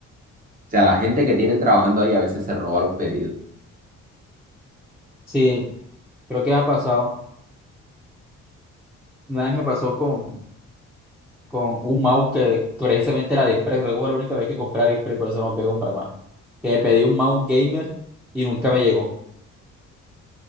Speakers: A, on the right (about 30°); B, in the centre.
A: sea, la gente que tienen trabajando ahí a veces se roba los pedidos.
B: Sí, creo que ha pasado. Una vez me pasó con, con un mouse que precisamente era de Express. Creo que fue la única vez que compré Aliexpress, por eso no voy a comprar más. Que me pedí un mouse gamer y nunca me llegó.